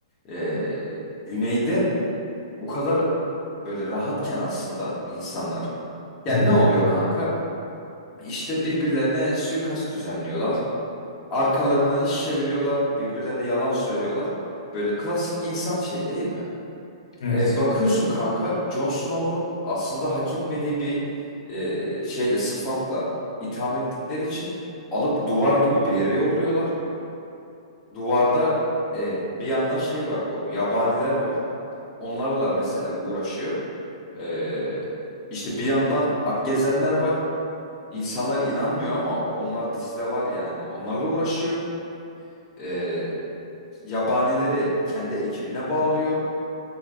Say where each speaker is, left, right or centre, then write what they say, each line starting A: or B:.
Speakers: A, on the left (about 15°); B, on the left (about 70°).
A: E, güneyde bu kadar böyle rahatken aslında insanlar Yani
B: Hı hı.
A: ne oluyor kanka? İşte birbirlerine suikast düzenliyorlar. Arkalarından iş çeviriyorlar. Birbirlerine yalan söylüyorlar. Böyle klasik insan şey değil mi?
B: Evet.
A: E, bakıyorsun kanka Jon Snow'u aslında hak etmediği bir e, şeyle sıfatla itham ettikleri için alıp duvar gibi bir yere yolluyorlar. Duvarda e, bir yandan şey var bu yabaniler var. Onlarla mesela uğraşıyor. E, işte bir yandan Akgezenler var. İnsanlar inanmıyor ama onlar dizide var yani. Onlarla uğraşıyor. Ee, yabanileri kendi ekibine bağlıyor.